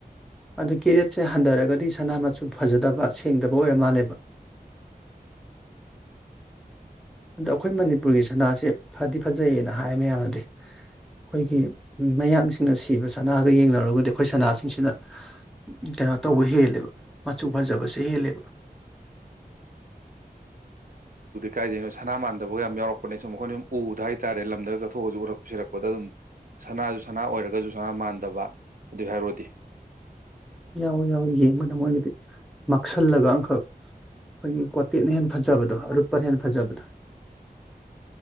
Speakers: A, in the centre; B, on the right.
A: ꯑꯗꯨ ꯀꯦꯔꯦꯠꯁꯦ ꯍꯟꯊꯔꯒꯗꯤ ꯁꯅꯥ ꯃꯁꯨ ꯐꯖꯗꯕ ꯁꯦꯡꯗꯕ ꯑꯣꯏꯔ ꯃꯥꯜꯂꯦꯕ ꯑꯗꯣ ꯑꯩꯈꯣꯏ ꯃꯅꯤꯄꯨꯔꯒꯤ ꯁꯅꯥꯁꯦ ꯐꯗꯤ ꯐꯖꯩꯌꯦꯅ ꯍꯥꯏ ꯃꯌꯥꯝꯅꯗꯤ ꯑꯩꯈꯣꯏꯒꯤ ꯃꯌꯥꯡꯁꯤꯡꯅ ꯁꯤꯕ ꯁꯅꯥꯒ ꯌꯦꯡꯅꯔꯨꯔꯒꯗꯤ ꯑꯩꯈꯣꯏ ꯁꯅꯥꯁꯤꯡꯁꯤꯅ ꯀꯩꯅꯣ ꯇꯧꯕ ꯍꯦꯜꯂꯦꯕ ꯃꯆꯨ ꯐꯖꯕꯁꯦ ꯍꯦꯜꯂꯦꯕ
B: ꯀꯥꯏꯗꯣꯏꯅꯣ ꯁꯅꯥ ꯃꯥꯟꯗꯕ ꯑꯣꯏ ꯌꯥꯝ ꯌꯥꯎꯔꯛꯄꯅꯦ ꯑꯁ ꯑꯩꯈꯣꯏꯅ ꯁꯨꯝ ꯎꯕꯗꯪꯍꯥꯢ ꯍꯥꯏꯇꯥꯔꯦ ꯂꯝꯗꯒ ꯆꯠꯊꯣꯛꯑꯒꯁꯨ ꯎꯔꯛꯄ ꯁꯤꯔꯛꯄꯗ ꯑꯗꯨꯝ ꯁꯅꯥꯁꯨ ꯁꯅꯥ ꯑꯣꯏꯔꯒꯁꯨ ꯁꯅꯥ ꯃꯥꯟꯗꯕ ꯑꯗꯨꯏ ꯍꯥꯏꯔꯨꯔꯗꯤ
A: ꯌꯥꯎꯋꯤ ꯌꯥꯎꯋꯤ ꯌꯦꯡꯕꯗ ꯃꯣꯏꯒꯤꯗꯤ ꯃꯛꯁꯜꯂꯒ ꯑꯃꯈꯛ ꯑꯩꯈꯣꯏꯒꯤ ꯀ꯭ꯋꯥꯇꯦꯠꯅ ꯍꯦꯟꯅ ꯐꯖꯕꯗꯣ ꯑꯔꯨꯞꯄꯅ ꯍꯦꯟꯅ ꯐꯖꯕꯗꯣ